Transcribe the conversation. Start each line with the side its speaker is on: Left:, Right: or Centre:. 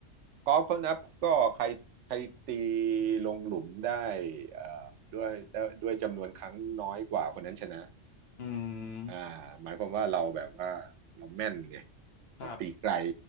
Right: กอล์ฟเขานับก็ใครใครตีลงหลุมได้เอ่อด้วยด้วยด้วยจำนวนครั้งน้อยกว่าคนนั้นชนะ
Left: อืม
Right: อ่าหมายความว่าเราแบบว่าเราแม่นไง
Left: ครับ
Right: เราตีไกล